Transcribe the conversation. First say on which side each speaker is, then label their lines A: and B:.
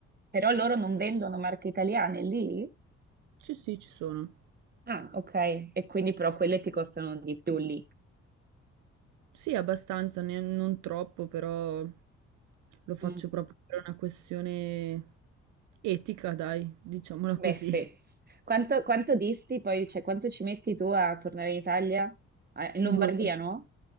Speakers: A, on the right (about 30°); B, on the right (about 80°).
A: Però loro non vendono marche italiane lì?
B: Sì, sì, ci sono.
A: Ah, ok. E quindi però quelle ti costano di più lì.
B: Sì, abbastanza, ne- non troppo, però lo faccio
A: Mm.
B: proprio per una questione etica, dai, diciamola
A: Beffe.
B: così.
A: Quanto, quanto disti poi, cioè quanto ci metti tu a tornare in Italia? Ah, In Lombardia,
B: Due ore,
A: no?